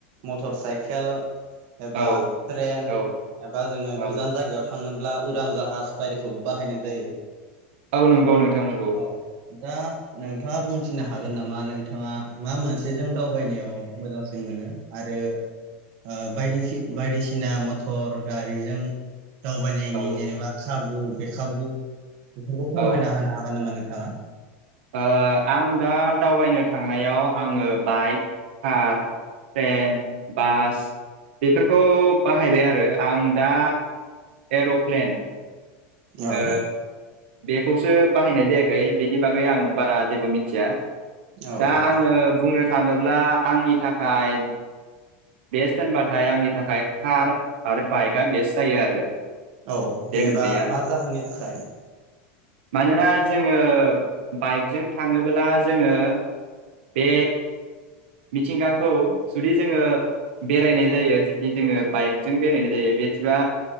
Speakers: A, on the right (about 45°); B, on the right (about 65°).
A: मटर साइकेल एबा
B: औ
A: ट्रेन
B: औ
A: एबा जोङो
B: औ
A: गोजान जायगायाव थाङोब्ला उरां जाहाज बायदिखौबो बाहायनाय जायो
B: औ नंगौ नोंथां नंगौ
A: औ दा नोंथाङा बुंथिनो हागोन नामा नोंथाङा मा मोनसेजों दावबायनायाव मोजांसिन मोनो आरो ओ बायदि बायदिसिना मथर गारिजों दावबायनायनि
B: औ
A: जेनेबा खाबु बेखाबु बेफोरखौ फोरमायना
B: औ
A: होनो हागोन नामा नों थाङा
B: ओ आं दा दावबायनो थांनायाव आङो बाइक कार ट्रेन बास बेफोरखौ बाहायबाय आरो आं दा एर'प्लेन
A: औ
B: ओ बेखौसो बाहायनाय जायाखै बेनि बागै आं बारा जेबो मिथिया
A: औ
B: दा
A: औ
B: आङो बुंनो थाङोब्ला आंनि थाखाय बेस्ट होनबाथाय आंनि थाखाय कार आरो बाइकआ बेस्ट जायो आरो
A: औ
B: बे
A: जेनेबा
B: मोननैया
A: मा जाहोननि थाखाय
B: मानोना जोङो बाइकजों थाङोब्ला जोङो बे मिथिंगाखौ जुदि जोङो बेरायनाय जायो जिथि जोङो बाइकजों बेरायनाय जायो बेदिबा